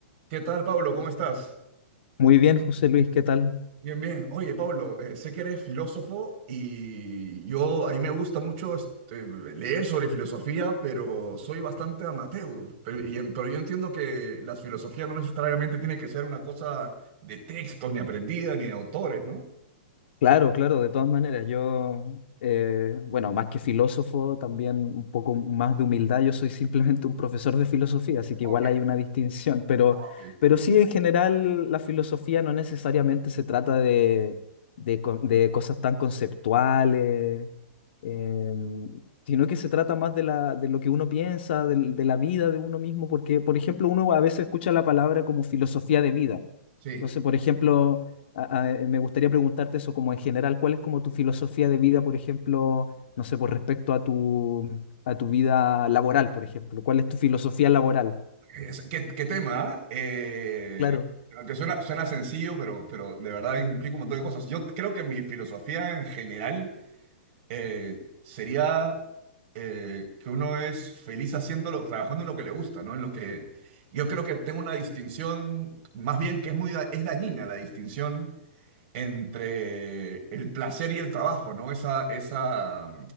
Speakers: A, on the right; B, on the left.
A: ¿Qué tal, Pablo? ¿Cómo estás?
B: Muy bien, José Luis, ¿qué tal?
A: Bien, bien. Oye, Pablo, eh, sé que eres filósofo y yo, a mí me gusta mucho este, leer sobre filosofía, pero soy bastante amateur. Pero, y en- pero yo entiendo que la filosofía no necesariamente tiene que ser una cosa de textos, ni aprendida, ni de autores, ¿no?
B: Claro, claro, de todas maneras, yo, eh, bueno, más que filósofo, también un poco más de humildad, yo soy simplemente un profesor de filosofía, así que
A: Ok,
B: igual hay una distinción, pero,
A: ah, ok.
B: pero sí, en general, la filosofía no necesariamente se trata de, de, co- de cosas tan conceptuales, em, sino que se trata más de, la, de lo que uno piensa, del- de la vida de uno mismo, porque, por ejemplo, uno a veces escucha la palabra como filosofía de vida.
A: Sí.
B: Entonces, por ejemplo, a- a- eh, me gustaría preguntarte eso como en general, ¿cuál es como tu filosofía de vida, por ejemplo, no sé, por respecto a tu, a tu vida laboral, por ejemplo? ¿Cuál es tu filosofía laboral?
A: Es- ¿Qué, qué tema? ah? Eh,
B: Claro,
A: aunque suena, suena sencillo, pero, pero de verdad implica un montón de cosas. Yo creo que mi filosofía en general eh, sería eh, que uno es feliz haciéndolo, trabajando en lo que le gusta, ¿no? En lo que yo creo que tengo una distinción, más bien que es muy da- es dañina la distinción entre el placer y el trabajo, ¿no? Esa, esa,